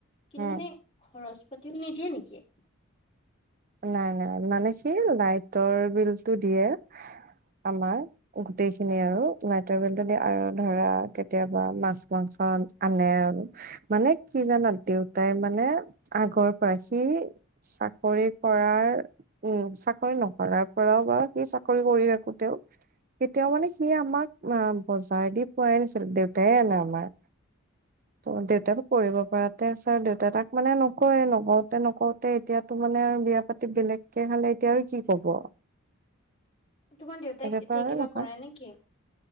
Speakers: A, on the left; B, on the right.
A: কিন্তু
B: উম।
A: মানে খৰচ পাতিও নিদিয়ে নেকি?
B: নাই নাই মানে সি লাইটৰ বিলটো দিয়ে আমাৰ। গোটেইখিনি আৰু লাইতৰ বিলটো দিয়ে আৰু ধৰা কেতিয়াবা মাছ - মাংস আনে আৰু মানে কি জানা দেউতাই মানে আগৰ পৰা সি চাকৰি কৰাৰ উম চাকৰি নকৰাৰ পৰাও বা সি চাকৰি কৰি থাকোতেও কেতিয়াও মানে সি আমাক আ বজাৰ দি পোৱাই নাছিল, দেউতাই আনে আমাৰ।
A: <unintelligible>
B: ত দেউতাতো কৰিব পৰাতে আছ- ধৰা দেউতাই তাক মানে নকয়ে, নকওতে নকওতে এতিয়াতো মানে বিয়া পাতি বেলেগকে খালে এতিয়া আৰু কি কব?
A: তোমাৰ দেউতাক
B: এতিয়াতো
A: এতিয়া
B: আৰু
A: কিবা
B: নহয়
A: কৰে নেকি?